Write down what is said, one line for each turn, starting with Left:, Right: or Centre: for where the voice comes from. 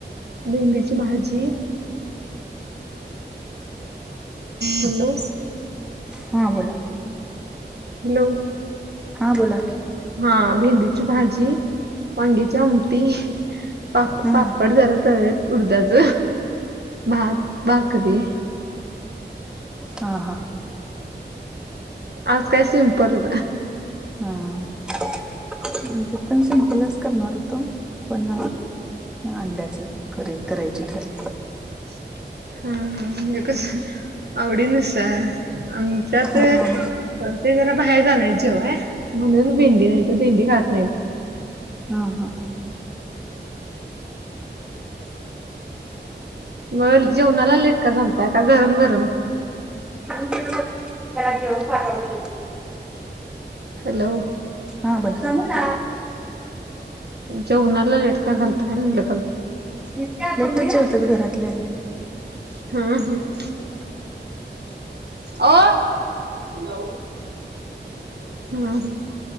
Right: भेंडीची भाजी. हॅलो
Centre: हां बोला.
Right: हॅलो
Centre: हां बोला.
Right: हा भेंडीची भाजी वांगीची आमटी. पाप
Centre: हा
Right: पापड जरा तरयात उर्धाच भात भाकरी
Centre: ह हा
Right: आज काय सिंपल
Centre: हा म्हणजे पण सिंपल च करणार होतो पण अंड्याच करी करायची ठरली
Right: अन ऎंटिलेजेबल हा ह म्हणजे कस आवडीनुसार आमच्यात
Centre: हा
Right: ते जरा बाहेर जाणार जेवाया म्हणुन भिंडी म्ह भ दिंडी खात नाहीत.
Centre: हा हा
Right: म जेवणाला लेट का झालता गरम गरम.
Centre: अन ऎंटिलेजेबल
Right: हॅलो
Centre: हा बर सांग ना.
Right: जेवणाला लेट का झालता म्हणजे का
Centre: अन ऎंटिलेजेबल
Right: हम हम अय मला हम् ह